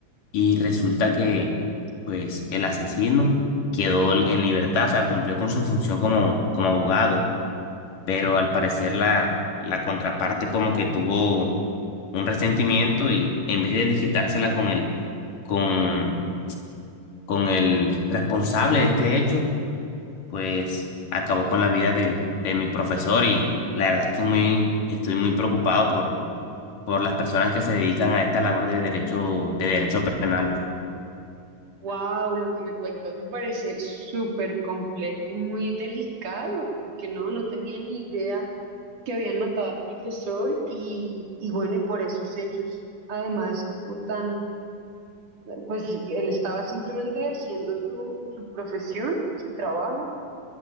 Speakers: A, on the left; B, on the right.
A: Y resulta que, pues, el asesino quedó en libertad, o sea, cumplió con su función como, como abogado, pero al parecer la, la contraparte como que tuvo un resentimiento y en vez de desquitársela con el, con, con el responsable de este hecho, pues acabó con la vida del, de mi profesor y la verdad es que muy, estoy muy preocupado por, por las personas que se dedican a esta labor de derecho, de derecho penal.
B: Wow, lo que me cuentas me parece súper complejo y muy delicado, porque no, no tenía ni idea que habían matado al profesor y, y bueno, y por esos hechos, además, como tan, pues que él estaba simplemente ejerciendo su, su profesión, su trabajo,